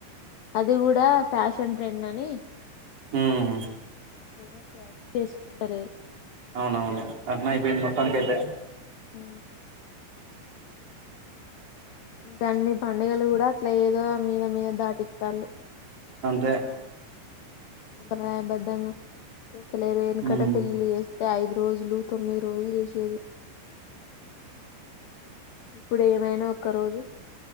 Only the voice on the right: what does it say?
హమ్
అవునవును అగ్నైపోయిన్ది మొత్తానికైతే
అంతే
ఉమ్